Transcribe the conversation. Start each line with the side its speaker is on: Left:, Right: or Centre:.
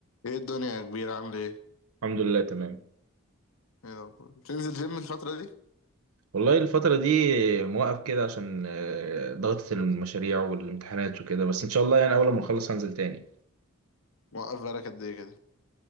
Left: ايه الدنيا يا كبير عامل ايه؟
Right: الحمد لله تمام
Left: ايه الأخبار؟ بتنزل جيم الفترة دي؟
Right: والله الفترة دي موقف كده عشان آه، ضغطة المشاريع والامتحانات وكده بس إن شاء الله يعني أول ما نخلص هنزل تاني
Left: موقف بقالك قد ايه كده؟